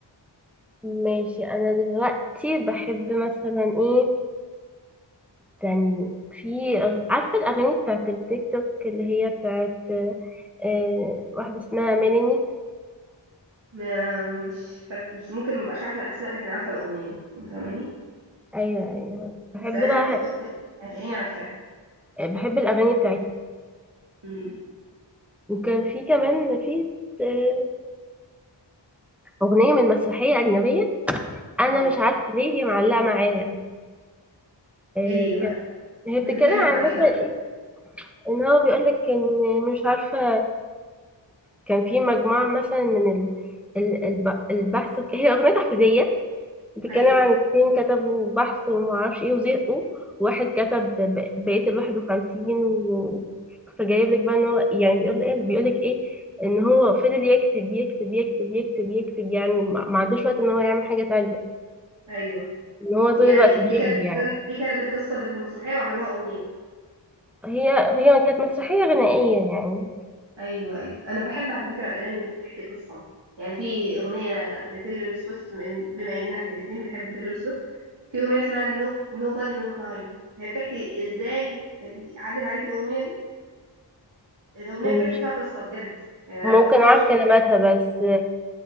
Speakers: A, in the centre; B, on the right.
A: دي ماشي انا دلوقتي بحب مثلا ايه تاني في أغ- عارفة الأغاني بتاعت التيك توك اللي هي بتاعت آه، واحدة اسمها ميلاني
B: م- مش فاك... مش ممكن ما بقاش عارفه الاسماء لكن عارفه الاغنيه انت فاهماني
A: أيوة أيوة بحب
B: بس اغاني
A: بقى
B: التيك توك هتلاقيني عارفاها
A: بحب الأغاني بتاعتها
B: امم
A: وكان في كمان في آه، أغنية من مسرحية أجنبية أنا
B: اه
A: مش عارفة ليه هي معلقة معايا آه،
B: ايه هي بقى
A: كانت هي
B: بتتكلم
A: بتتكلم عن
B: عن ايه
A: مثلا
B: طب
A: إيه إن هو بيقولك إن مش عارفة كان في مجموعة مثلا من ال- ال- الب- البحث وك- هي أغنية تحفيزية بتتكلم
B: ايوه
A: عن اتنين كتبوا بحث ومعرفش ايه وزهقوا واحد كتب ب- بقية الواحد وخمسين و... فجايب لك بقى ان هو يعني بيقول ايه بيقول لك ايه ان هو فضل يكتب يكتب يكتب يكتب يكتب يعني ما ما عندوش وقت ان هو يعمل حاجة تانية
B: ايوه
A: ان هو
B: يعني
A: طول الوقت بيجري
B: دي كانت
A: يعني
B: دي كانت القصه اللي في المسرحيه وعملوها اغنيه
A: هي هي كانت مسرحية غنائية يعني
B: ايوه ايوه انا بحب على فكره الاغاني اللي بتحكي قصه يعني في اغنيه لتيلر سويفت بما إن- بما اننا احنا الاثنين بنحب تيلر سويفت في اغنيه اسمها نو نو بادي نو كرايم هي بتحكي ازاي انت عدت عليك الاغنيه دي الأغنية
A: مش
B: بتحكي فيها قصة بجد يعني
A: ممكن
B: أنا بنصحك
A: اعرف
B: تشوفيها
A: كلماتها بس